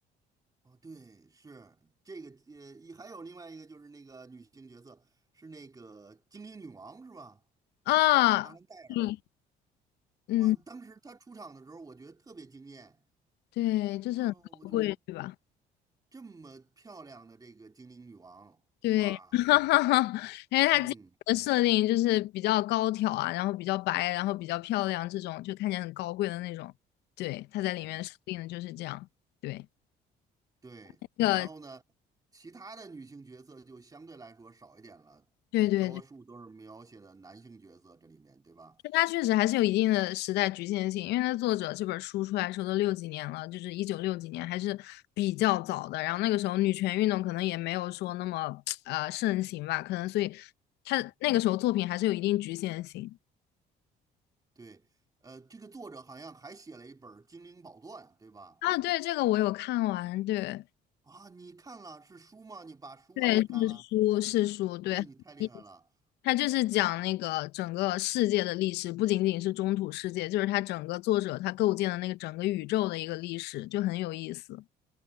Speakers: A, on the right; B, on the left.
A: 哦，对，是这个，呃，一还有另外一个就是那个女性角色是那个精灵女王是吧？
B: 啊。
A: 阿兰戴尔，
B: 嗯，嗯，
A: 哇，当时她出场的时候，我觉得特别惊艳。
B: 对，就是很高贵，
A: 哦，我觉得
B: 对吧？
A: 这么漂亮的这个精灵女王，
B: 对，
A: 哇，
B: <laughs> 因为它基本的设定就是比较高挑啊，
A: 嗯
B: 然后比较白，然后比较漂亮，这种就看起来很高贵的那种。对，它在里面设定的就是这样。
A: 嗯，
B: 对，
A: 对。
B: 那个，
A: 然后呢，其他的女性角色就相对来说少一点了，
B: 对对对。
A: 多数都是描写的男性角色这里面，对吧？
B: 但它确实还是有一定的时代局限性，因为它作者这本书出来的时候都六几年了，就是一九六几年，还是比较早的。然后那个时候女权运动可能也没有说那么呃盛行吧，可能所以它那个时候作品还是有一定局限性
A: 嗯。对，呃，这个作者好像还写了一本儿《精灵宝钻》，对吧？
B: 啊。对，这个我有看完，对
A: 啊，你看了是书吗？你把书完全看了，
B: 对是书是书，对，
A: 那你太厉害了。
B: 一它就是讲那个整个世界的历史，不仅仅是中土世界，就是它整个作者他构建的那个整个宇宙的一个历史，就很有意思